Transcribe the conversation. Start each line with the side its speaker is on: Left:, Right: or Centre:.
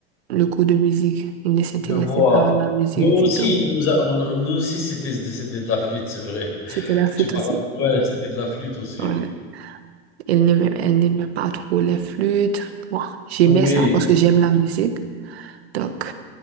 Right: le cours de musique. Ils ne s'intéressaient
Left: je vois.
Right: pas à la musique
Left: Nous aussi,
Right: du tout.
Left: nous a on a nous aussi, c'était c'était de la flûte, c'est vrai.
Right: C'était la flûte
Left: Tu m'as
Right: aussi.
Left: rapp ouais, c'était de la flûte aussi.
Right: Ouais. Elle n'aimait, elle n'aimait pas trop les flûtes. Bon, j'aimais
Left: Oui,
Right: ça parce que j'aime la musique. Donc,